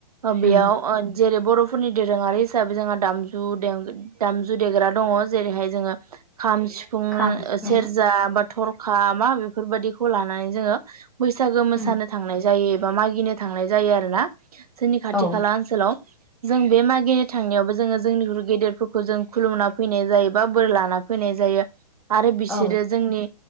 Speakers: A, on the right; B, in the centre.
A: बेयाव
B: उम
A: ओ जेरै बर'फोरनि दोरोङारि हिसाबै जोंहा दामजु देम दामजु देग्रा दङ' जेरैहाय जोङो खाम सिफुं
B: खाम सिफुं
A: सेरजा बा थरखा मा बेफोरबायदिखौ लानानै जोङो बैसागो मोसानो
B: उम
A: थांनाय जायो एबा मागिनो थांनाय जायो आरोना। जोंनि खाथि
B: औ
A: खाला ओनसोलाव जों बे मागिनो थांनायावबो जोङो जोंनिख्रुइ गेदेरफोर खौ जों खुलुमना फैनाय जायो बा बोर लाना फैनाय जायो आरो बिसोरो
B: औ
A: जोंनि